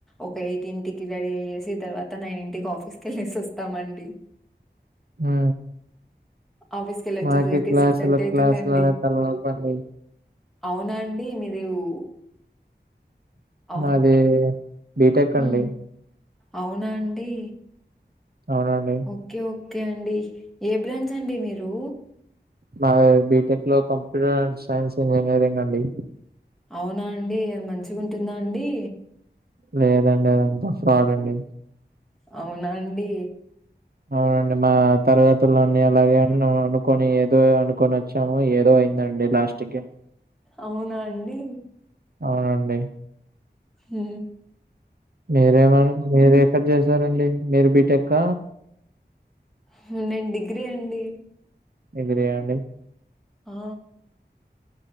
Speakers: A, in the centre; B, on the right (about 60°).
A: ఒక ఎయిట్ ఇంటికి రెడీ అయ్యేసి తర్వాత నైనింటికి ఆఫీస్కేళ్ళసి వస్తామండి
B: అ
A: ఆఫీస్‌కెళ్ళొచ్చేసరికి
B: మాకే క్లాసులు
A: అయితుందండి.
B: అనే తలనోప్ప అట్ల
A: అవునండి మీరేవు అవును
B: మాది బీటెక్ అండి.
A: ఉ అవునాండి
B: అవునండి
A: ఓకే ఓకే అండి ఏ బ్రాంచ్ అండి మీరు
B: మా బీటెక్ లో కంప్యూటర్ అండ్ సైన్స్ ఇంజనీరింగ్ అండి
A: అవునా అండి అద్మచిగుంటుందా అండి
B: లేదండి అదంతా ఫ్రాడండి
A: అవునండి
B: అవునండి మా తరగతులు అన్నీ అలాగే అన్నూను కొని ఏదో అనుకునొచ్చాము ఏదో అయైందండి లాస్ట్ కి
A: అవునా అండి
B: అవునండి
A: హు
B: మీరేమనుకు మీరేక్కడ జేసారండి మీరు బీటెక్క
A: హు నేన్ డిగ్రీ అండి
B: డిగ్రీయా అండి
A: ఆ